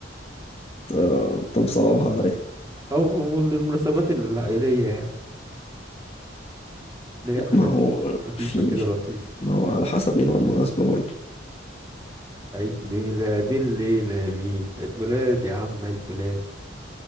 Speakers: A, on the left; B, on the right.
A: انت أنت مصعبها عليا
B: او للمناسبات العائلية يعني اللي
A: لا
B: هي حاجات
A: ما هو
B: خفيفة
A: في
B: كده لطيفة
A: ما هو على حسب ايه نوع المناسبه برضه
B: عيد ميلاد الليلة مين عيد ميلاد يا عم عيد ميلاد